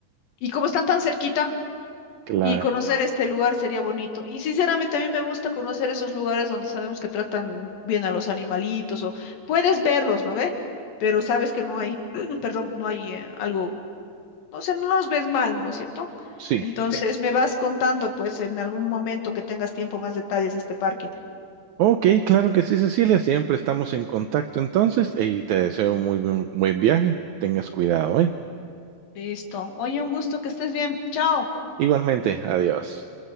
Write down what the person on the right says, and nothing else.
Claro,
sí.
Ok, claro que sí, Cecilia, siempre estamos en contacto entonces y te deseo un muy buen, buen viaje. Tengas cuidado hoy.
Igualmente, adiós.